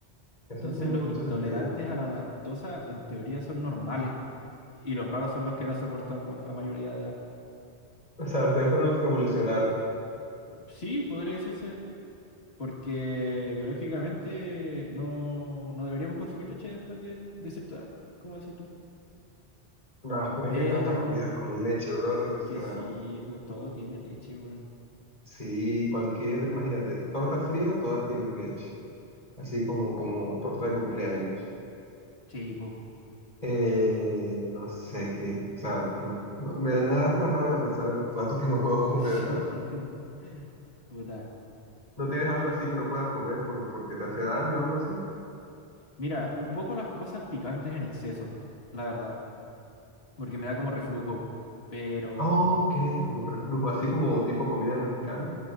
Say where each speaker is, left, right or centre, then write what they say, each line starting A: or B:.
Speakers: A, on the left; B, on the left.
A: Eso
B: Entonces,
A: tiene
B: los
A: mucho
B: intolerantes
A: sentido.
B: a la lactosa en teoría son normales y los raros son los que la soportan bueno, a mayoría de edad.
A: O sea, ustedes fueron los que evolucionaron.
B: Sí, podría decirse, porque biológicamente no, no deberíamos consumir leche después de, de cierta edad, como decís tú.
A: Ah, pero es
B: Pero
A: que hay tantas comidas con leche, brother.
B: es
A: O sea,
B: que sí, pues todo tiene leche, weón.
A: sí, cualquier, imagínate, torta fría, todas tienen leche. Así como,
B: Y-
A: como torta de cumpleaños.
B: Sí, pues.
A: Eh, no sé qué, o sea, no, no, me, da- me da hasta rabia pensar en los platos que no puedo <laughs> comer,
B: <laughs>
A: la verdad.
B: Puta.
A: ¿No tienes algo así que no puedas comer por- porque te hace daño o algo así?
B: Mira, un poco las cosas picantes en exceso, la verdad, porque me da como reflujo, pero.
A: Ok, como reflujo, así como tipo comida mexicana.